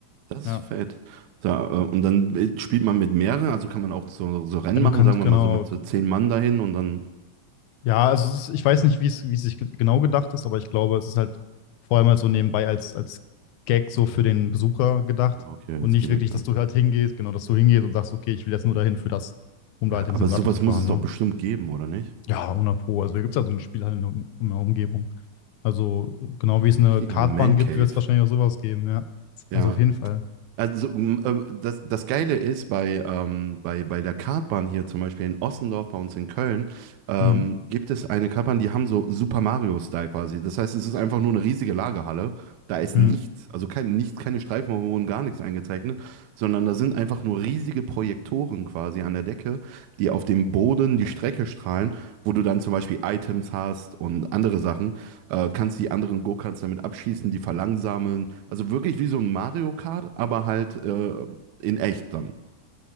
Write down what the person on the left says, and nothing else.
Ja.
Ja, du
kannst,
genau,
Ja, also es ist, ich weiß nicht, wie es, wie es sich ge- genau gedacht ist, aber ich glaube, es ist halt vor allem halt so nebenbei als, als Gag so für den Besucher gedacht
und
nicht
wirklich,
dass du halt hingehst, genau, dass du hingehst und sagst, okay, ich will jetzt nur dahin für das, um da
halt den
Simulator
zu fahren,
ne?
Ja, 100 Pro. Also hier gibt es ja so ein Spiel halt in der, Um- in der Umgebung. Also genau wie es eine
Kartbahn
gibt, wird es wahrscheinlich auch sowas geben, ja.
Also auf jeden Fall.
Mhm.
Mhm.